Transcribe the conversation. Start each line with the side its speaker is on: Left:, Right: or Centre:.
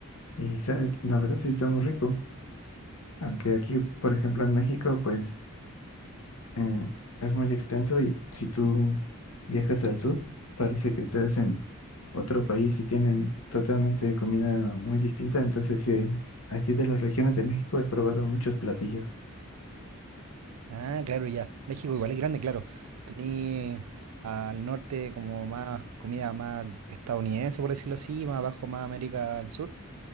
Left: Y sa- la verdad sí está muy rico. Aunque aquí, por ejemplo, en México, pues eh, es muy extenso y si tú viajas al sur, parece que estás en otro país y tienen totalmente comida muy distinta. Entonces, sí, aquí de las regiones de México he probado muchos platillos.
Right: Ah, claro, ya. México igual es grande, claro. Tení al norte como más comida más estadounidense, por decirlo así, más abajo más América del Sur.